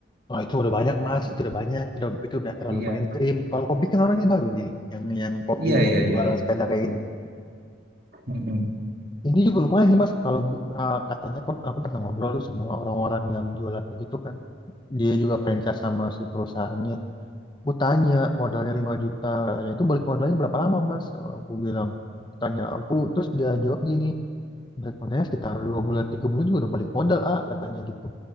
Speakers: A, on the left; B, on the right.
A: Oh itu udah banyak mas, itu udah banyak, itu udah, itu udah terlalu
B: Iya.
A: mainstream. Kalau kopi kan orangnya baru nih, nih, yang yang kopi
B: Iya
A: yang
B: iya
A: jual
B: iya iya.
A: sepeda kayak gini.
B: Mm-mm.
A: Ini juga lumayan sih mas, kalau eh, katanya kan aku pernah ngobrol tuh sama orang-orang yang jualan begitu kan. Dia juga franchise sama si perusahaannya Aku tanya modalnya 5 juta katanya itu balik modalnya berapa lama mas Eh, aku bilang tanya aku terus dia jawab gini balik modalnya sekitar dua bulan tiga bulan juga udah balik modal ah katanya gitu